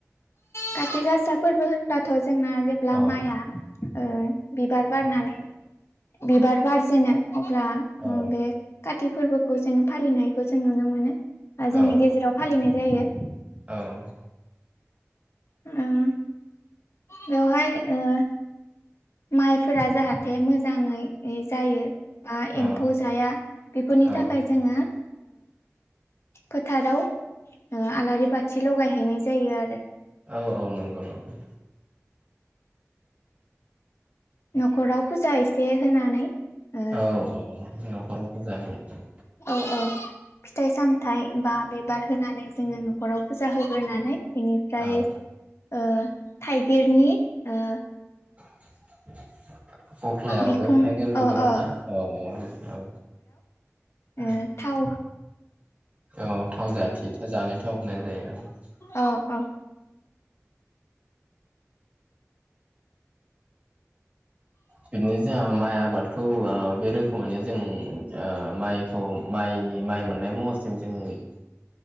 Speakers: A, on the left (about 60°); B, on the right (about 30°).
A: काति गासा फोरबो होनबाथ' जोंना जेब्ला
B: औ
A: माइआ ओ बिबार बारनानै बिबार बारजेनो अब्ला
B: औ
A: ओ बे काति फोरबोखौ जों फालिनायखौ जों नुनो मोनो ओ जोंनि
B: औ
A: गेजेराव फालिनाय जायो।
B: औ
A: ओम बेवहाय ओ। माइफोरा जाहाथे मोजाङै जायो बा
B: औ
A: एम्फौ जाया बेफोरनि
B: औ
A: थाखाय जोङो फोथाराव आलारि बाथि लगायहैनाय जायो आरो।
B: औ-औ नंगौ नंगौ।
A: न'खराव फुजा एसे होनानै ओ
B: औ औ न'खराव फुजा होयो।
A: औ-औ फिथाइ सामथाइ बा बिबार होनानै जोङो न'खराव फुजा होग्रोनानै बेनिफ्राय
B: औ
A: ओ थाइगिरनि ओ
B: <inaudible> कख्लायाव
A: बिखं
B: बे थाइगिर बिगुरावना
A: ओ ओ
B: औ औ औ
A: ओ थाव
B: औ थाव जाथि जानाय थाव होननाय जायो औ
A: अ ओं
B: बिदिनो जोंहा माइ आबादखौ बे रोखोमैनो जों माइ औ माइनि माइ मोननाय महरसिम जों नुयो।